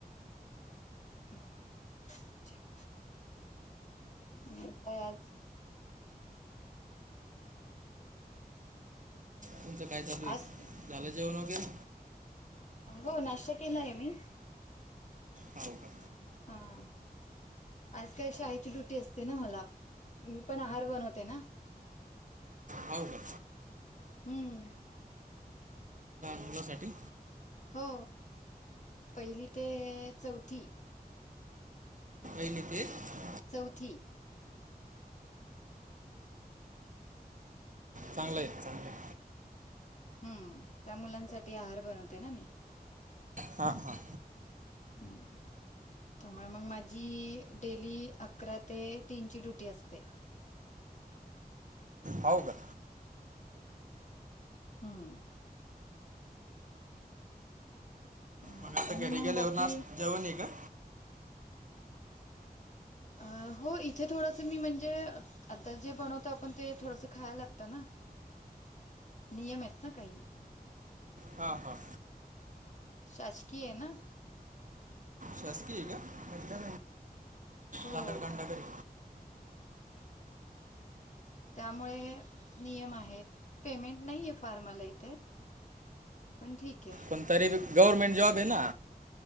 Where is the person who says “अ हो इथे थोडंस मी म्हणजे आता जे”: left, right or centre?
Left